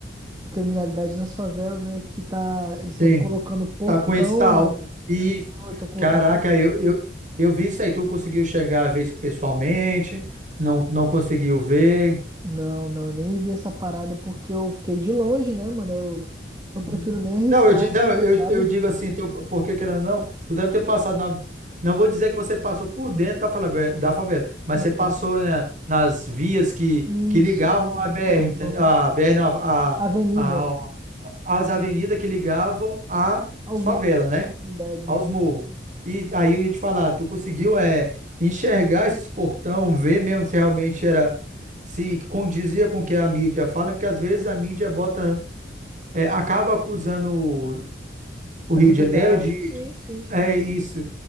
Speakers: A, on the right (about 20°); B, on the right (about 45°).
A: de criminalidade nas favelas, né? Que tá. Eles estão
B: Sim.
A: colocando portão,
B: Tá com índice tá alto.
A: mano.
B: Isso.
A: Não, eu tô colocando
B: Caraca,
A: portão.
B: eu, eu, eu vi isso aí. Tu conseguiu chegar a ver isso pessoalmente? Não, não conseguiu ver?
A: Não, não, eu nem vi essa parada porque eu fiquei de longe, né, mano? Eu,
B: Uhum.
A: eu prefiro nem arriscar,
B: Não, eu, di-
A: assim,
B: não, eu,
A: sabe?
B: eu digo assim, teu, porque querendo ou não, tu deve ter passado na. Não vou dizer que você passou por dentro da favela, da favela, mas
A: Ah,
B: você passou,
A: tá.
B: né, nas vias que,
A: Isso.
B: que ligavam a BR,
A: Uhum.
B: ente- a BR, não, a,
A: Avenida.
B: a, a- as avenidas que ligavam à
A: aos
B: favela,
A: morros,
B: né?
A: às comunidades.
B: aos morros. E aí eu ia te falar, tu conseguiu é, enxergar esses portão, ver mesmo se realmente era, se condizia com o que a mídia fala, né? porque às vezes a mídia bota, é, acaba acusando o o
A: Comunidades,
B: Rio de Janeiro de,
A: sim, sim, sim.
B: é isso,